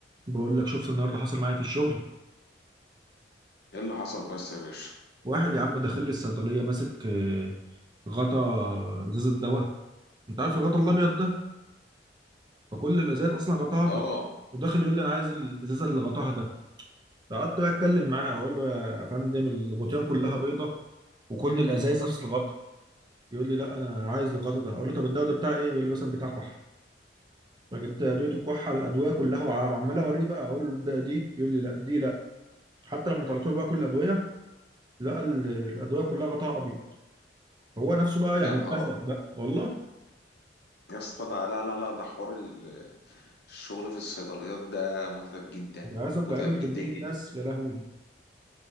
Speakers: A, on the right; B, on the left.
A: بقول لك شفت النهارده حصل معايا في الشغل
B: ايه اللي حصل بس يا باشا
A: واحد يا عم داخل لي الصيدليه ماسك آه، غطا ازازه دواء انت عارف الغطا الابيض ده فكل الازاز اصلا غطاها
B: اه
A: ابيض وداخل يقول لي انا عايز الازازه اللي غطاها ده فقعدت بقى اتكلم معاه اقول له يا فندم الغطيان كلها بيضه وكل الازايز نفس الغطا يقول لي لا انا عايز الغطا ده اقول له طب الدواء ده بتاع ايه يقول لي مثلا بتاع كحه فجبت ادويه الكحه الادويه كلها وعمال اوريه بقى اقول له ده دي يقول لي لا دي لا حتى لما طلعت له بقى كل الادويه لقى ال- الادويه كلها غطاها ابيض هو نفسه بقى يعني
B: يا نهار
A: اتكسف
B: ابيض
A: بقى والله
B: يا اسطى ده لا لا لا ده حوار ال- الشغل في الصيدليات ده متعب جدا
A: ده عايزك
B: متعب
A: بقابل
B: جدا
A: كمية
B: جدا
A: ناس يا لهوي